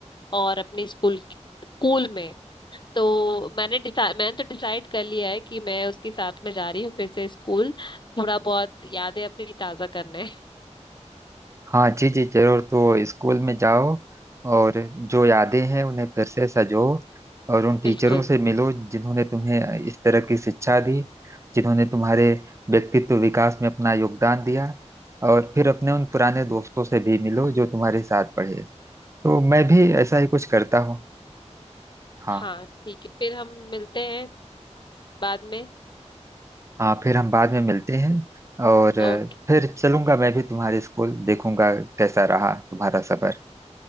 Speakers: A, on the left; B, on the right.
A: और अपने स्कूल स्कूल में तो मैंने डिसाइड मैंने तो डिसाइड कर लिया है कि मैं उसके साथ में जा रही हूँ फिर से स्कूल थोड़ा बहुत यादें अपनी ताजा करने
B: हाँ
A: <laughs>
B: जी जी जरूर तो स्कूल में जाओ और जो यादें हैं उन्हें फिर से सजो और उन टीचरों
A: बिल्कुल
B: से मिलो जिन्होंने तुम्हें इस तरह की शिक्षा दी जिन्होंने तुम्हारे व्यक्तित्व विकास में अपना योगदान दिया और फिर अपने उन पुराने दोस्तों से भी मिलो जो तुम्हारे साथ पढ़े तो मैं भी ऐसा ही कुछ करता हूँ हाँ
A: हाँ ठीक है फिर हम मिलते हैं बाद में
B: हाँ फिर हम बाद में मिलते हैं और अ,
A: ओके
B: फिर चलूंगा मैं भी तुम्हारे स्कूल देखूंगा कैसा रहा तुम्हारा सफर